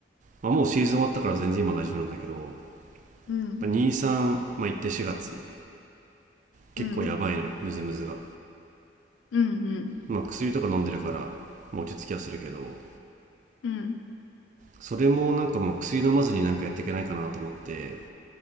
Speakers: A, on the right; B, on the left.
A: まあ、もうシーズン終わったから全然今大丈夫なんだけど
B: うん。
A: 23、さんまあ、行って4月結構やばいのよムズムズが、
B: うん。うん。うん。
A: まあ、薬とか飲んでるから、まあ、落ち着きはするけど
B: うん。
A: それもなんかもう薬飲まずになんかやっていけないかなと思って